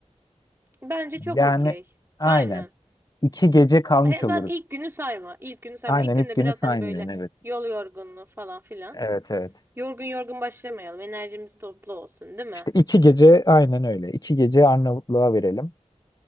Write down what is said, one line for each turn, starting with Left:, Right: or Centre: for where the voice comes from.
Right: Bence çok
Left: Yani
Right: okey.
Left: aynen.
Right: Aynen.
Left: İki gece kalmış
Right: He, zaten
Left: oluruz.
Right: ilk günü sayma. İlk günü sayma.
Left: Aynen
Right: İlk günde
Left: ilk günü
Right: biraz
Left: saymıyorsun
Right: hani böyle
Left: evet.
Right: yol yorgunluğu falan filan.
Left: Evet evet.
Right: Yorgun yorgun başlamayalım. Enerjimiz toplu olsun, değil mi?
Left: İşte iki gece aynen öyle. İki gece Arnavutluğa verelim.